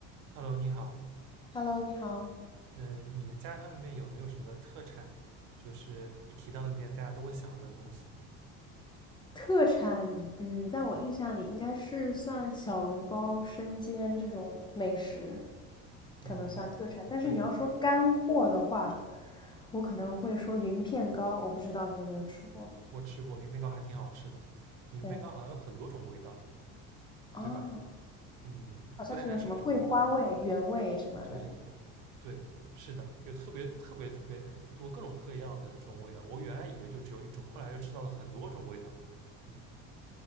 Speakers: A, on the right; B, on the left.
A: Hello，你好，
B: Hello，你好。
A: 嗯，你们家乡那边有没有什么特产？就是一提到那边，大家都会想到的东西。
B: 特产，嗯，在我印象里应该是算小笼包、生煎这种美食，
A: 嗯，
B: 可能算特产。
A: 没，
B: 但是你要说干货的话，
A: 对，
B: 我可能会说云片糕，我不知道你有没有吃过。
A: 我吃过云面糕，还挺好吃的。云面糕好像有很多种味道，
B: 对，啊，
A: 对吧？嗯，
B: 好像是有什么桂花味、
A: 不单单是一种味道。
B: 原味什么的。
A: 对，对，是的，有特别特别特别多各种各样的这种味道。我原来以为就只有一种，后来又吃到了很多种味道。嗯。